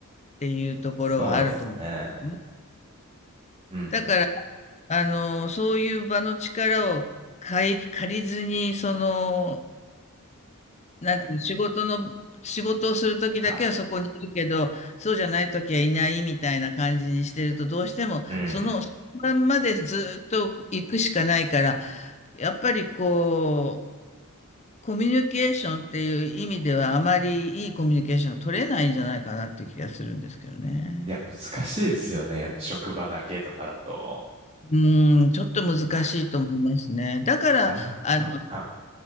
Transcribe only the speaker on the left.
ていうところはあると思うね。
だから、あの、そういう場の力を借り、借りずに、その、なんていう仕事の、仕事をするときだけはそこにいるけど、
そうじゃないときはいないみたいな感じにしてると、どうしても、
その、そのまんまでずっと行くしかないから、やっぱりこう、コミュニケーションっていう意味ではあまりいいコミュニケーションが取れないんじゃないかなっていう気がするんですけどね。
うん、ちょっと難しいと思いますね。
だから、
あの、